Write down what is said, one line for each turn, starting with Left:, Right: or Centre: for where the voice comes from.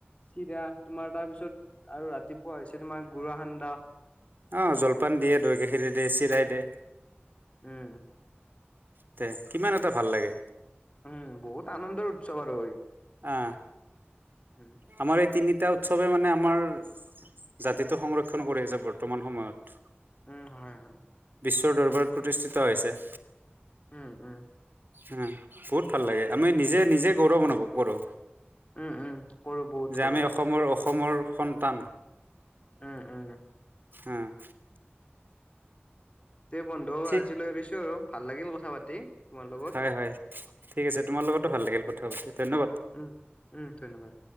Left: চিৰা তোমাৰ তাৰ পিছত আৰু ৰাতিপুৱা হৈছে তোমাৰ গুড়া খান্দা।
Right: অ জলপান দিয়ে, দৈ গাখৰি দিয়ে, চিৰাই দিয়ে।
Left: উম।
Right: তে কিমান এটা ভাল লাগে।
Left: উম বহুত আনন্দৰ উৎসৱ আৰু,
Right: আহ
Left: উম।
Right: আমাৰ এই তিনিটা উৎসৱে মানে আমাৰ জাতিটো সংৰক্ষণ কৰি আছে বৰ্তমান সময়ত।
Left: উম হয় হয়।
Right: বিশ্বৰ দৰবাৰত প্ৰতিষ্ঠিত হৈছে।
Left: উম উম।
Right: উম বহুত ভাল লাগে আমি নিজে নিজে গৌৰৱ অনুভৱ কৰো,
Left: উম উম কৰো বহুত
Right: যে
Left: কৰো
Right: আমি অসমৰ অসমৰ সন্তান।
Left: উম উম।
Right: উম
Left: তে বন্ধু
Right: ঠিক
Left: আজিলৈ এৰিছো আৰু ভাল লাগিল কথা পাতি। তোমাৰ লগত
Right: হয় হয়, ঠিক আছে তোমাৰ লগতো ভাল লাগিল কথা পাতি ধন্যবাদ।
Left: উম উম ধন্যবাদ।